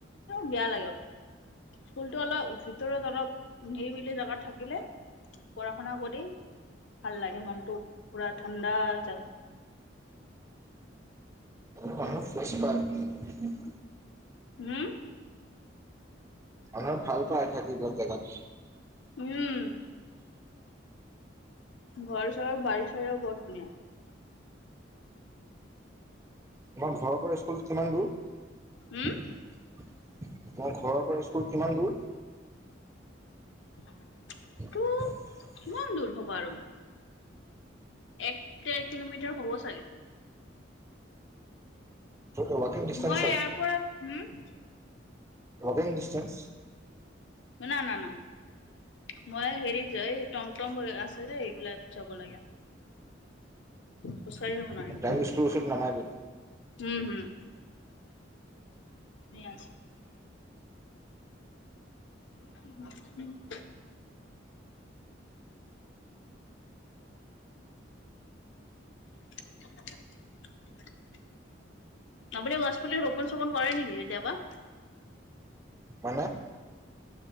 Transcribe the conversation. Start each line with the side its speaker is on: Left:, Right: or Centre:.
Left: বেয়া লাগে। স্কুলতো অলপ ভিতৰত অলপ নিৰিবিলি জেগাত থাকিলে পঢ়া শুনা কৰি ভাল লাগে মনটো পুৰা ঠাণ্ডা জাগা
Right: <unintelligible>
Left: হম?
Right: <unintelligible> ভাল পায় থাকিবৰ জেগাত
Left: উম ঘৰ-চৰ বাৰী চাৰিও বৰ ধুনীয়া।
Right: <unintelligible> ঘৰৰ পৰা স্কুলটো কিমান দূৰ?
Left: হম
Right: অ ঘৰৰ পৰা স্কুল কিমান দূৰ?
Left: <inaudible>
Right: <inaudible>
Left: কিমান দূৰ হ'ব আৰু এক দেৰ কিলোমিটাৰ হ'ব চাগে।
Right: উৱাকিং ডিষ্টেনচ
Left: মই
Right: হয়
Left: ইয়াৰ পৰা হম
Right: উৱাকিং ডিষ্টেনচ।
Left: না-না-না মই হেৰি যে এই টম <unintelligible> আছে যে এইগিলাক যাব লাগে। খোছকাঢ়ি যাব নোৱাৰি
Right: ডাইৰেক্ট স্কুলৰ ওচৰত নামাবি
Left: হম হম। <unintelligible> <unintelligible> <unintelligible> আপুনি গছ পুলি ৰোপন-চোপন কৰে নেকি কেতিয়াবা?
Right: মানে?